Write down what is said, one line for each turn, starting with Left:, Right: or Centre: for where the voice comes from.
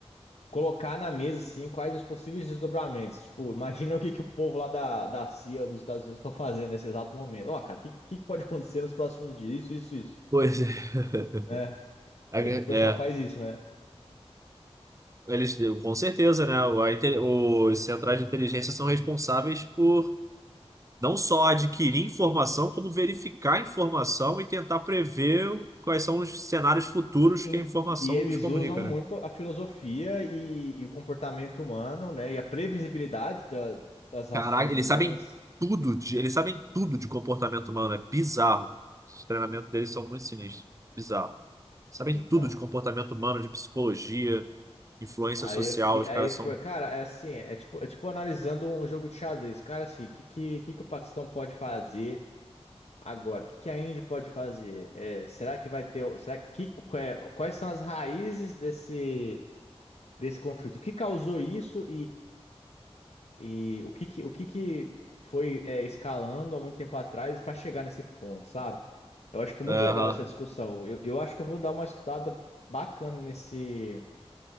Left: colocar na mesa assim, quais os possíveis desdobramentos. Tipo, imagina <laughs> o que, que o povo lá da, da CIA dos Estados Unidos estão fazendo nesse exato momento. Ó, cara, o que, que pode acontecer nos próximos dias? Isso, isso, isso.
Right: Pois é. <laughs>
Left: É.
Right: É.
Left: Imagino que o pessoal faz isso, né?
Right: Eles, com certeza, né? o- a inte- Os centrais de inteligência são responsáveis por não só adquirir informação, como verificar a informação e tentar prever quais são os cenários futuros
Left: E,
Right: que a informação
Left: e eles
Right: nos comunica,
Left: usam muito
Right: né?
Left: a filosofia e, e o comportamento humano, né? E a previsibilidade da- das ações
Right: Caraca, eles
Left: humanas.
Right: sabem tudo de, eles sabem tudo de comportamento humano, é bizarro. Os treinamentos deles são muito sinistros, bizarro. Sabem
Left: Então,
Right: tudo de comportamento humano, de psicologia, influência
Left: aí
Right: social,
Left: eu fiquei,
Right: os
Left: aí
Right: caras
Left: eu fiquei,
Right: são.
Left: cara, é assim, é tipo, é tipo analisando um jogo de xadrez. Cara, assim, o que, que, que, que o Paquistão pode fazer agora? O que, que a Índia pode fazer? É, será que vai ter, o- será que, que- quais são as raízes desse, desse conflito? O que causou isso E o que que, o que que foi é, escalando há muito tempo atrás para chegar nesse ponto, sabe? Eu acho que é muito
Right: Aham,
Left: legal essa discussão. Eu, eu acho que eu vou dar uma estudada bacana nesse,